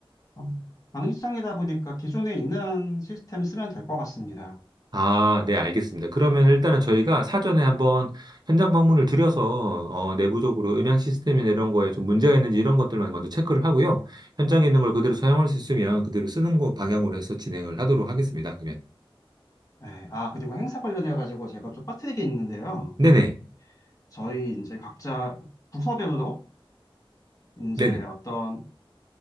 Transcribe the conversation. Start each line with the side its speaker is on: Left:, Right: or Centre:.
Left: 어, 방위성이다 보니까 기존에 있는 시스템 쓰면 될 것 같습니다.
Right: 아, 네, 알겠습니다. 그러면 일단은 저희가 사전에 한번 현장 방문을 드려서 어, 내부적으로 음향 시스템이나 이런 거에 좀 문제가 있는지 이런 것들만 먼저 체크를 하고요. 현장에 있는 걸 그대로 사용할 수 있으면 그대로 쓰는 거 방향으로 해서 진행을 하도록 하겠습니다. 그러면
Left: 네, 아, 그리고 행사 관련해가지고 제가 좀 빠뜨리게 있는데요.
Right: 네네,
Left: 저희 이제 각자 부서별로 이제
Right: 네네,
Left: 어떤